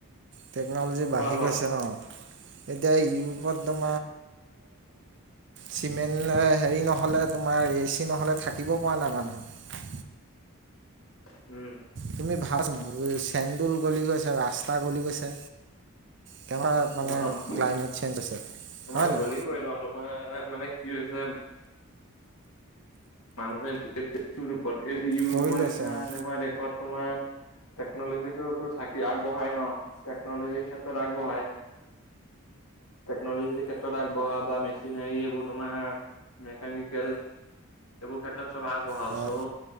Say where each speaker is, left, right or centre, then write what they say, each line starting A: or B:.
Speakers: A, on the right; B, on the left.
A: টেকনলজি
B: কোৱা
A: বাঢ়ি
B: কোৱা
A: গৈছে অ, এতিয়া ইউৰোপত একদম চিমেণ্ট হেৰি নহ'লে তোমাৰ এ চি নহ'লে থাকিব পৰা নাই মানুহ।
B: <inaudible> উম,
A: তুমি ভাল চেন্দুল গলি গৈছে ৰাস্তা গলি গৈছে। কেনেকুৱা মানে
B: অ', তোমাৰ
A: ক্লাইমেট চেঞ্জ হৈছে হয় নাই
B: গলে কি <unintelligible> পৰি নো তোমাৰ মানে কি হৈছে মানুহে ইউৰোপত, এই ইউৰোপৰ
A: কৰি লৈছে
B: নিচিনা
A: অঁ
B: তোমাৰ দেশত তোমাৰ টেকনলজি টো থাকি আগবঢ়াই ন, টেকনলজিৰ ক্ষেত্ৰত আগবঢ়াই। টেকন'লজিৰ ক্ষেত্ৰত আগবঢ়া বা মেচিনাৰী এইবোৰ তোমাৰ মেকানিকেল সেইবোৰ ক্ষেত্ৰত চব আগবঢ়াও
A: হয়
B: চ',